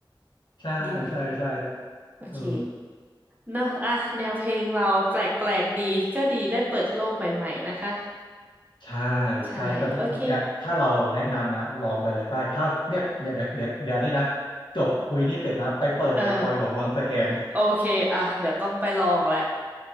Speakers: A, on the left; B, on the right.
A: ใช่ใช่ใช่
B: ดีโอเค
A: เออ
B: เนอะอ่ะแนวเพลงเราแปลกแปลกดีก็ดีได้เปิดโลกใหม่ๆนะคะ
A: ใช่
B: ใช่โอเค
A: ใช่แต่อย่าถ้าเราแนะนำนะลองไปเลยไปถ้าเนี่ยเดี๋ยวเดี๋ยวเดี๋ยวเดี๋ยวนี่นะจบคุยนี่เสร็จนะไปเปิดเลยปอยหลวงวังสแกง
B: เออโอเคอ่ะเดี๋ยวต้องไปลองแหละ